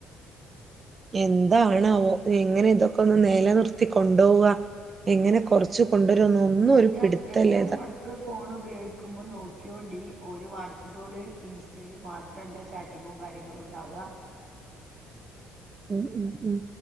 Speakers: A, on the right; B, on the right.
A: എന്തണോ എങ്ങനെ ഇതൊക്കെ ഒന്ന് നില നിർത്തി കൊണ്ടപോവുക എങ്ങനെ കൊറച്ച് കൊണ്ടുവരുംന്ന് ഒന്നും
B: ഏത
A: ഒരു പിടുത്തല്ല
B: ഏതായാലും മക്കള് ഫോൺ ഉപയോഗിക്കുമ്പോ നോക്കിന്നോണ്ടിരി ഒരു വാട്സപ്പുകള് ഇൻസ്റ്റയിൽ മാത്രമല്ല ചാറ്റിങ്ങും കാര്യങ്ങളും ഉണ്ടാവുക
A: ഉം ഉം ഉം